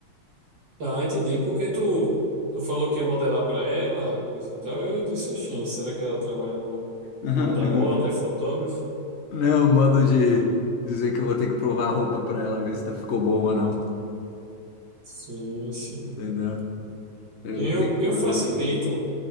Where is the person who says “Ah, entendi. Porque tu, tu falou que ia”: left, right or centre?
Right